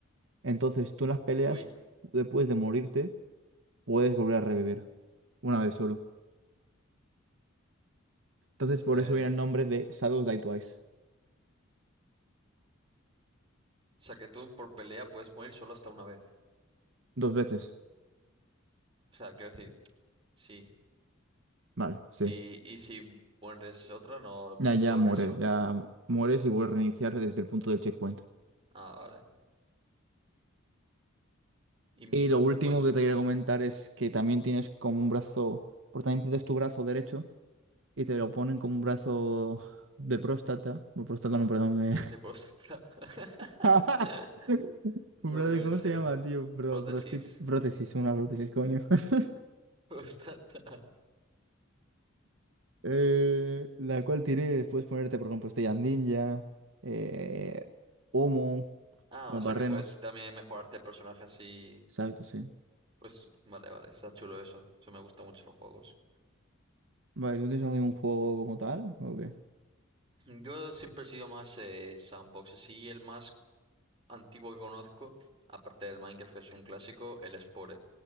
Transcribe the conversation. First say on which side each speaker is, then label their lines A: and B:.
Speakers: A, on the right (about 60°); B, on the right (about 25°).
A: Entonces, tú en las peleas,
B: <laughs> Uy.
A: después de morirte, puedes volver a revivir. Una vez solo. Entonces, por
B: Eh,
A: eso viene el nombre de Shadows Die Twice.
B: O sea, que tú por pelea puedes morir solo hasta una vez.
A: Dos veces.
B: O sea, quiero decir, sí.
A: Vale, sí.
B: Y, y si mueres otra, no lo
A: Ya,
B: pierdes
A: ya
B: el progreso.
A: mueres, ya mueres y vuelves a reiniciar desde el punto del checkpoint.
B: Ah, vale. Y mu-
A: Y lo último
B: tú puedes...
A: que te quiero comentar es que también tienes como un brazo, porque también pierdes tu brazo derecho y te lo ponen con un brazo de próstata, o próstata no, perdón, de...
B: De próstata.
A: <laughs>
B: <laughs> No
A: un brazo
B: puede
A: de- ¿Cómo
B: ser.
A: se llama, tío? Pro-
B: Prótesis.
A: prostit- prótesis, una prótesis, coño. <laughs>
B: <laughs> Próstata.
A: Eh, la cual tiré, puedes ponerte, por ejemplo, estrellas ninja, eh, Homo, te
B: Ah,
A: pones
B: o sea
A: barrenos.
B: que puedes también mejorarte el personaje así.
A: Exacto, sí.
B: Pues vale, vale, está chulo eso. Eso me gusta mucho en los juegos.
A: Vale, ¿tú tienes algún juego como tal? ¿O qué?
B: Yo siempre he sido más eh, sandbox. Así el más antiguo que conozco, aparte del Minecraft, que es un clásico, el Spore.